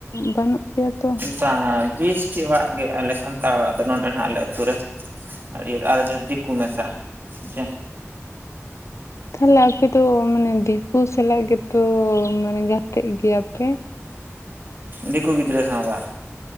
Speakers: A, on the left; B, on the right.
A: ᱵᱟᱹᱱᱩᱜ ᱯᱮᱭᱟ ᱛᱚ
B: ᱵᱟᱝᱟ ᱵᱤᱥᱴᱤ ᱚᱲᱟᱜ ᱜᱮ ᱟᱞᱮ ᱥᱟᱱᱛᱟᱲ ᱚᱲᱟᱜ ᱫᱚ ᱱᱚᱰᱮ ᱱᱟᱦᱟᱜ ᱟᱞᱮ ᱟᱹᱛᱩ ᱨᱮ ᱟᱨ ᱤᱭᱟᱹ ᱟᱨ ᱡᱟ ᱫᱤᱠᱩ ᱠᱚ ᱢᱮᱥᱟ ᱦᱮᱸᱪᱮ
A: ᱛᱟᱦᱚᱞᱮ ᱟᱯᱮ ᱫᱚ ᱢᱟᱱᱮ ᱫᱤᱠᱩ ᱥᱟᱞᱟᱜ ᱜᱮᱛᱚ ᱢᱟᱱᱮ ᱜᱟᱛᱮᱜ ᱜᱮᱭᱟ ᱯᱮ
B: ᱫᱤᱠᱩ ᱜᱤᱫᱽᱨᱟᱹ ᱥᱟᱶ ᱵᱟ